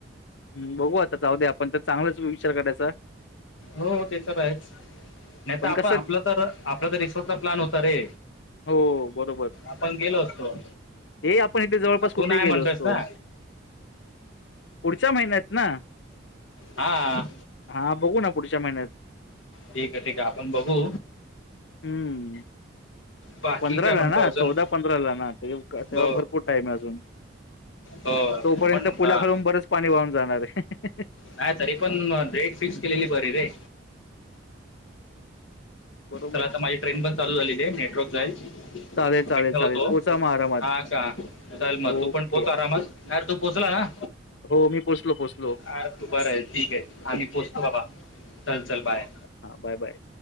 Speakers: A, on the left; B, on the left.
A: ह बघू आता जाऊ दे आपण तर चांगलाच विचार करायचा
B: हो ते तर आहेच नाही
A: पण
B: तर आपण
A: कसं
B: आपलं तर आपला तर रिसोर्टचा प्लॅन होता रे.
A: हो बरोबर
B: आपण गेलो असतो.
A: हे आपण इथे जवळपास कुठेही
B: तू नाही
A: गेलो
B: म्हणतोयस
A: असतो.
B: ना
A: पुढच्या महिन्यात ना.
B: हा.
A: हा बघू ना पुढच्या महिन्यात
B: ठीक आहे ठीक आहे आपण बघू.
A: हम्म.
B: बाकी
A: पंधरा
B: काय म्हणतो
A: ला ना
B: अजून
A: चौदा पंधरा ला ना ते तेव्हा
B: अ,
A: भरपूर टाईम अजून
B: अ,
A: तोपर्यंत
B: पण
A: पुलाखालून
B: अ,
A: बरंच पाणी वाहून जाणार आहे.
B: नाही तरी पण रेट फिक्स केलेली बरी रे.
A: बरोबर
B: तर आता माझी ट्रेन पण चालू झालेली आहे नेटवर्क जाईल.
A: चालेल चालेल
B: मिठ्ठा
A: चालेल
B: होतो
A: पोचा मग आरामात
B: हा का चाल मग
A: ओके
B: तू पण पोत आरामात. अर तू पोचला ना.
A: हो मी पोचोचो.
B: आ तू बरं आहे ठीक आहे आम्ही पोचतो बाबा चल चल बाय.
A: हा बाय बाय.